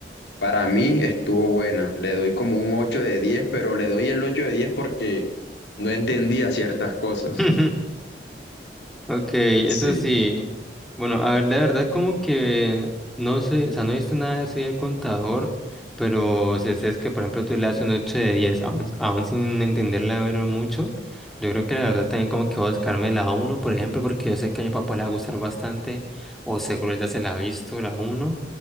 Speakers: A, on the left; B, in the centre.
A: para mí estuvo buena. Le doy como un 8 de diez pero le doy el 8 de 10 porque no entendía ciertas cosas.
B: <laughs> Ok, eso
A: Sí.
B: sí. Bueno, a ver, la verdad como que no sé, o sea, no he visto nada de eso del contador, pero si es que, por ejemplo, tú le das un 8 de 10 aún, aún sin entenderla ver mucho, yo creo que la verdad también como que voy a buscarme la uno por ejemplo, porque yo sé que a mi papá le va a gustar bastante, o seguro él ya se la ha visto, la uno